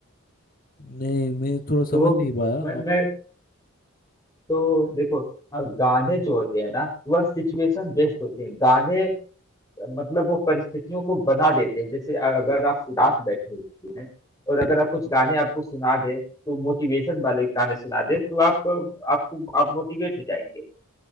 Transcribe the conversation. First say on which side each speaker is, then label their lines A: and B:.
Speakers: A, on the left; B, on the left.
A: नहीं मैं थोड़ा
B: तो
A: समझ
B: वो
A: नहीं पाया
B: मैं, मैं
A: आप
B: तो देखो हाँ गाने जो होते हैं ना वह सिचुएशन बेस्ड होते हैं गाने मतलब वो परिस्थितियों को बना देते हैं जैसे अ- अगर आप उदास बैठे हुए हैं और अगर आप कुछ गाने आपको सुना दे तो मोटिवेशन वाले गाने सुना दे तो आप आपको आप मोटिवेट हो जाएंगे